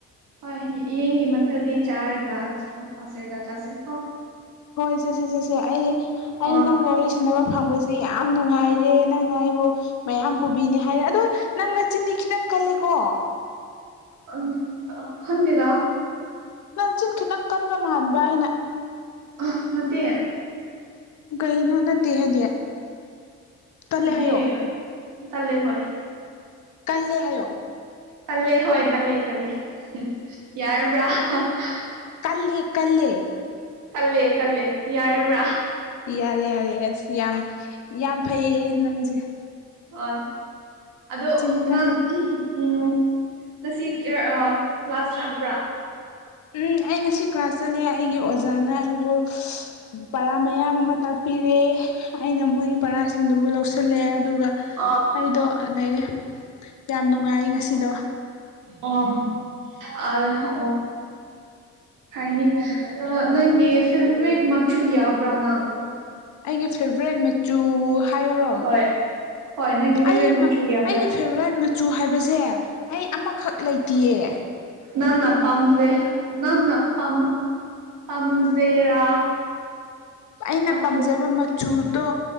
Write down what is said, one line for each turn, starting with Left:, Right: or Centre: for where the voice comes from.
Right: ꯍꯣꯏ ꯌꯦ ꯌꯦꯟꯒꯤ ꯃꯊꯦꯜꯗꯤ ꯆꯥꯔꯒ ꯆ <unintelligible> ꯁꯔꯗ ꯆꯠꯁꯦꯀꯣ
Left: ꯍꯣꯏ ꯆꯠꯁꯦ ꯆꯠꯁꯦ ꯑꯩ
Right: ꯑꯣ
Left: ꯑꯩ ꯅꯪꯒ ꯋꯥꯔꯤ ꯁꯥꯟꯅꯕ ꯐꯪꯕꯁꯦ ꯌꯥꯝ ꯅꯨꯡꯉꯥꯏꯔꯦ ꯅꯪꯅ ꯑꯩꯕꯨ ꯃꯌꯥꯝ ꯄꯨꯕꯤꯅꯤ ꯍꯥꯏꯔꯦ ꯑꯗꯣ ꯅꯪ ꯅꯆꯤꯟꯗꯤ ꯈꯤꯇꯪ ꯀꯜꯂꯦꯀꯣ
Right: <unintelligible> ꯑꯪ ꯑ ꯈꯪꯗꯦꯗ
Left: ꯅꯪ ꯆꯤꯟ ꯈꯤꯇꯪ ꯀꯟꯕ ꯃꯥꯟꯕ ꯑꯩꯅ
Right: ꯑ ꯅꯠꯇꯦ
Left: ꯀꯩꯅꯣ ꯅꯠꯇꯦ ꯍꯥꯏꯗꯤ ꯀꯜꯂꯦ
Right: ꯑꯗꯤ
Left: ꯍꯥꯏꯌꯣ
Right: ꯇꯜꯂꯦ ꯍꯣꯏ
Left: ꯀꯜꯂꯦ ꯍꯥꯏꯌꯣ
Right: ꯇꯜꯂꯦ ꯍꯣꯏ ꯇꯜꯂꯦ ꯇꯜꯂꯦ <unintelligible> ꯌꯥꯔꯕ꯭ꯔꯥ <unintelligible>
Left: ꯀꯜꯂꯦ ꯀꯜꯂꯦ
Right: ꯀꯜꯂꯦ ꯀꯜꯂꯦ ꯌꯥꯔꯕ꯭ꯔꯥ
Left: ꯌꯥꯔꯦ ꯌꯥꯔꯦ ꯑꯁ ꯌꯥꯝ ꯌꯥꯝ ꯐꯩꯌꯦ ꯅꯪꯁꯦ
Right: ꯍꯣꯏ ꯑꯗꯣ
Left: ꯆꯤꯟ ꯀꯟ
Right: ꯅꯪ <unintelligible> ꯎꯝ ꯉꯁꯤ ꯆ ꯑ ꯀ꯭ꯂꯥꯁ ꯆꯞꯄ꯭ꯔꯥ
Left: ꯎꯝ ꯑꯩ ꯉꯁꯤ ꯀ꯭ꯂꯥꯁ ꯆꯠꯂꯦ ꯑꯩꯒꯤ ꯑꯣꯖꯥꯅ ꯑꯩꯕꯨ <unintelligible> ꯎꯝ ꯄꯔꯥ ꯃꯌꯥꯝ ꯑꯃ ꯇꯥꯛꯄꯤꯔꯦ ꯑꯩꯅ ꯃꯣꯏꯒꯤ ꯄꯔꯥꯁꯤꯡꯗꯨꯕꯨ ꯂꯧꯁꯤꯜꯂꯦ ꯑꯗꯨꯒ
Right: ꯑꯣ
Left: ꯑꯩꯗꯣ ꯂꯩꯔꯦ ꯌꯥꯝ ꯅꯨꯡꯉꯥꯏ ꯉꯁꯤꯗꯣ
Right: ꯎꯝ ꯑꯥ <unintelligible> ꯑꯥꯏ ꯑꯣ ꯐꯩꯅꯤ ꯑ ꯅꯪꯒꯤ ꯐꯤꯜꯃꯤꯛ ꯃꯆꯨ ꯌꯥꯎꯕ꯭ꯔꯥ ꯅꯪ <unintelligible>
Left: ꯑꯩꯒꯤ ꯐꯦꯚꯔꯥꯏꯠ ꯃꯆꯨ ꯍꯥꯏꯌꯨꯔꯣ
Right: ꯍꯣꯏ ꯍꯣꯏ ꯅꯪꯒꯤ ꯐꯦꯚꯣꯔꯥꯏꯠ
Left: ꯑꯩ
Right: ꯃꯆꯨ
Left: ꯃ
Right: ꯌꯥꯕ꯭ꯔꯥ
Left: ꯑꯩ ꯐꯦꯚꯔꯥꯏꯠ ꯃꯆꯨ ꯍꯥꯏꯕꯁꯦ ꯑꯩ ꯑꯃꯈꯛ ꯂꯩꯇꯤꯌꯦ
Right: ꯅꯪꯅꯥ ꯄꯝꯖꯦ ꯅꯪꯅ ꯄꯥꯥꯝꯃ ꯄꯥꯝꯖꯦꯔꯥ
Left: ꯑꯩꯅ
Right: ꯃꯆꯨ
Left: ꯄꯥꯝꯖꯕ ꯃꯆꯨꯗꯣ